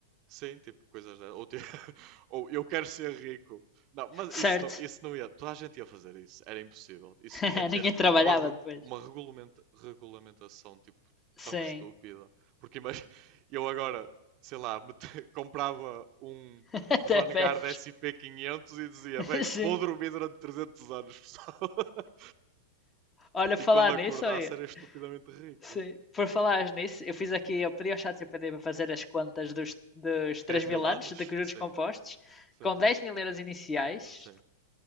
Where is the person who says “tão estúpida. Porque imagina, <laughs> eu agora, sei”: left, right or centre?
Right